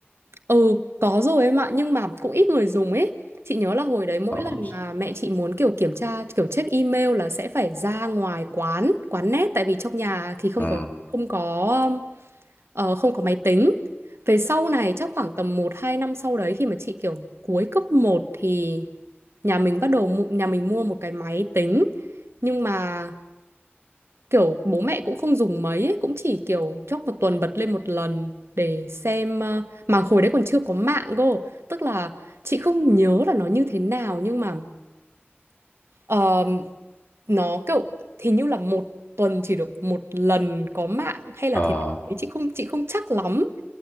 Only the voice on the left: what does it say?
ờ,
ờ,
ờ,